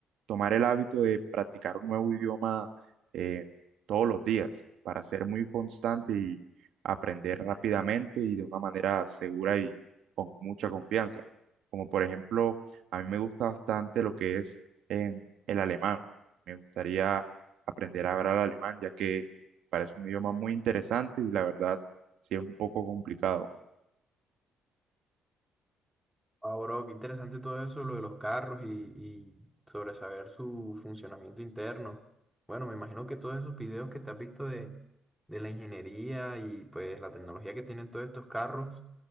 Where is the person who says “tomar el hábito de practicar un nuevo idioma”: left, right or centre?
Right